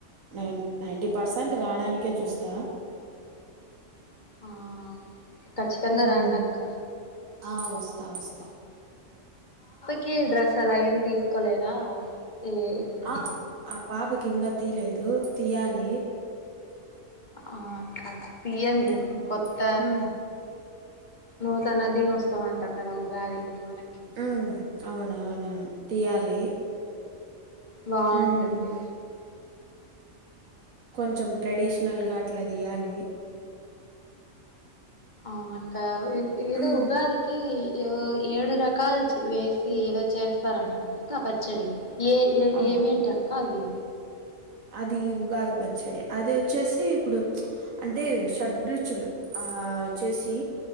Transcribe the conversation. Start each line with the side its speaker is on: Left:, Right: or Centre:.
Right: నై నైంటీ పర్సెంట్ రావడానికే చూస్తా.
Left: ఆ ఖచ్చితంగా
Right: హ్మ్
Left: రండి అక్క
Right: ఆ వస్తా వస్తా
Left: కి డ్రెస్ అలా ఏం తీసుకోలేదా ఏ ఇట్లా
Right: ఆ ఆ పాపకి ఇంకా తీయలేదు తీయాలి
Left: ఆ తీయండి
Right: హ్మ్
Left: కొత్త
Right: హ్మ్
Left: నూతన దినోస్తమ అంటారు కదా ఉగాది మనకి
Right: ఉ అవును అవును తీయాలి
Left: బాగుంటుంది
Right: హ్మ్. కొంచెం ట్రెడిషనల్ గా అట్లా తీయ్యాలి
Left: అవును అక్క ఏదో
Right: హ్మ్.
Left: ఉగాదికి ఏదో ఏడు రకాలు వేసి ఏదో చేస్తారంట కదాక్క పచ్చడి ఏ ఏ
Right: అవును.
Left: ఏమేంటి అక్క అవి
Right: అది ఉగాది పచ్చడి అది వచ్చేసి ఇప్పుడు అంటే షడ్రుచులు అ ఆ వచ్చేసి